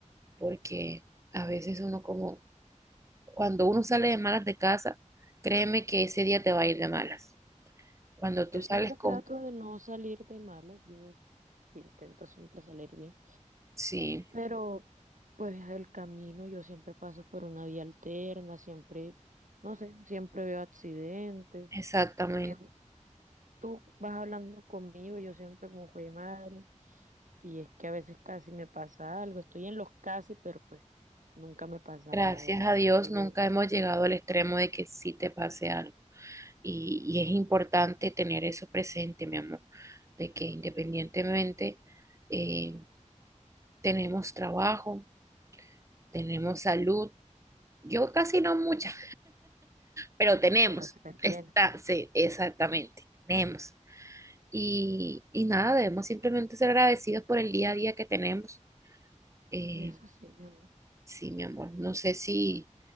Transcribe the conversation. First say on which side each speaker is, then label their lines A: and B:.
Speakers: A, on the right; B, on the right.
A: Porque a veces uno como, cuando uno sale de malas de casa, créeme que ese día te va a ir de malas. Cuando tú
B: Yo siempre
A: sales con...
B: trato de no salir de malas, yo intento siempre salir bien,
A: Sí,
B: pero pues el camino yo siempre paso por una vía alterna, siempre, no sé, siempre veo accidentes,
A: exactamente.
B: siempre, tú vas hablando conmigo, yo siempre como jue madre, y es que a veces casi me pasa algo, estoy en los casi, pero pues nunca me pasa
A: Gracias
B: nada, gracias
A: a Dios
B: a Dios,
A: nunca hemos llegado al extremo de que sí te pase algo. Y, y es importante tener eso presente, mi amor, de que independientemente eh, tenemos trabajo, tenemos salud. Yo casi no mucha, pero tenemos.
B: pero se tiene.
A: Está, sí, exactamente, tenemos. Y, y nada, debemos simplemente ser agradecidos por el día a día que tenemos. Eh,
B: Eso sí, mi amor.
A: sí, mi amor, no sé si,